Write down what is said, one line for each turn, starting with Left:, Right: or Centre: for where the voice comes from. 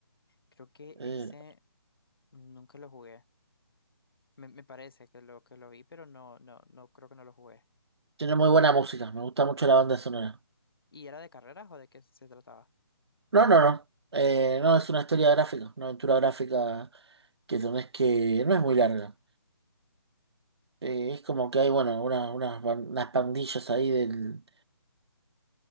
Left: Creo que
Right: Eh,
Left: ese nunca lo jugué. Me, me parece que lo que lo vi, pero no, no, no creo que no lo jugué.
Right: tiene muy buena música, me gusta mucho la banda sonora.
Left: ¿Y era de carreras o de qué se trataba?
Right: No, no, no. Eh, no, es una historia gráfica, una aventura gráfica que tenés que... No es muy larga. Eh, es como que hay, bueno, una- unas, ban- unas pandillas ahí del...